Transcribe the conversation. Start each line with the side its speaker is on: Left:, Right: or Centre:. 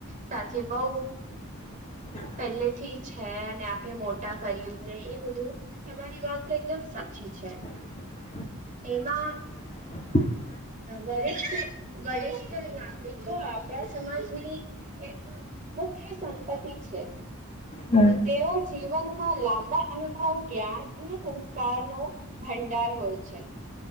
Right: સાથે બઉ
Left: <inaudible>
Right: પહેલે થી છે અને આપણે મોટા કર્યું ને એ બધું તમારી વાત તો એકદમ સાચી છે.
Left: <inaudible>
Right: એમાં.
Left: <inaudible>
Right: વરિષ્ઠ વરિષ્ઠ નાગરિકો આપણા સમાજની એક મુખ્ય સંપતિ છે
Left: હ
Right: તેઓ. જીવનમાં લાંબા અનુભવ જ્ઞાન અને સંસ્કાર નો ભંડાર હોય છે.